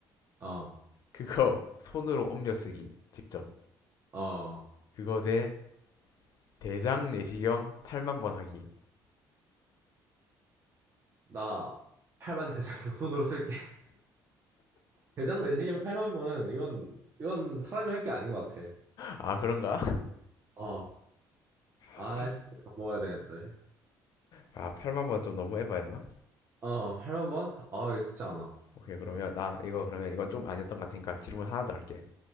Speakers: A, on the right; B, on the left.
A: 어,
B: 그거 손으로 옮겨 쓰기. 직접.
A: 어.
B: 그거 대 대장 내시경 팔만번 하기.
A: 나 8만 대장경 손으로 쓸게. <laughs> 대장 내시경 8만 번은 이건, 이건 사람이 할 게 아닌 것 같아.
B: 아, 그런가?
A: 어. 아,
B: <laughs>
A: 진짜 밥 먹어야 되는데.
B: 아, 팔, 아, 만번 좀 너무 에바였나?
A: 어, 8만 번? 아, 이거 쉽지 않아.
B: 오케이, 그러면 나 이거 그러면 이건 좀 아니었던 것 같으니까 질문 하나 더 할게.